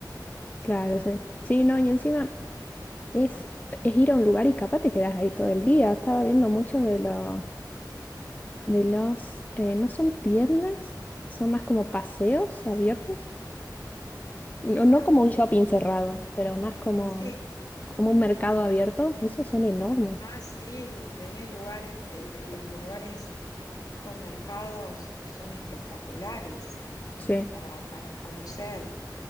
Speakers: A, on the left; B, on the left.
A: claro, sí. Sí, no, y encima. Es, es ir a un lugar y capaz te quedas ahí todo el día. Estaba viendo muchos de los, de los, eh, no son tiendas, son más como paseos abiertos. No,
B: Ajá,
A: no como un shopping cerrado, pero más como,
B: sí.
A: como un mercado abierto. Esos son enormes.
B: Ah, sí, tenés lugares que, eh, los lugares de tipo mercados que son espectaculares
A: Sí.
B: para, para conocer.